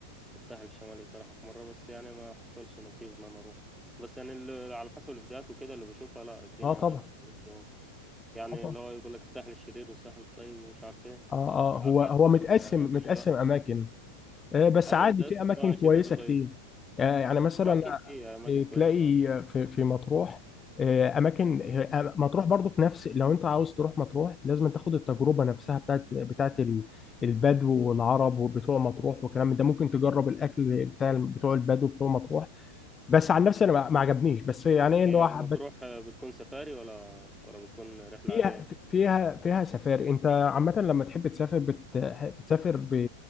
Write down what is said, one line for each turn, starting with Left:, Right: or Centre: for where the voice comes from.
Centre: الساحل الشمالي بصراحه في مره بس يعني ما حصلش نصيب ان انا اروح بس يعني ال- على حسب الفيديوهات وكده اللي بشوفها لا الدنيا
Left: اه طبعا
Centre: هناك برضه يعني
Left: اه طبعا
Centre: اللي هو يقول لك الساحل الشرير والساحل الطيب ومش عارف ايه
Left: اه اه
Centre: حاسس
Left: هو هو متقسم
Centre: ال- الايام
Left: متقسم اماكن آه، بس
Centre: ايوه
Left: عادي
Centre: متاكد
Left: في اماكن
Centre: إن هو
Left: كويسه
Centre: شرير وطيب
Left: كتير آه، يعني مثلا
Centre: هو اكيد في اماكن كويسه
Left: تلاقي في في مطروح آه، اماكن هي- آه، مطروح برضو في نفس لو انت عاوز تروح مطروح لازم تاخد التجربه نفسها بتاعت بتاعت ال- البدو والعرب وبتوع مطروح والكلام من ده ممكن تجرب الاكل بتاع بتوع البدو بتوع مطروح بس عن نفسي انا ما ما عجبنيش بس يعني ايه اللي
Centre: هي
Left: هو حبت
Centre: مطروح بتكون سفاري ولا ولا بتكون رحله
Left: فيها
Centre: عاديه
Left: فيها فيها سفاري انت عامه لما تحب تسافر بت... بتسافر ب...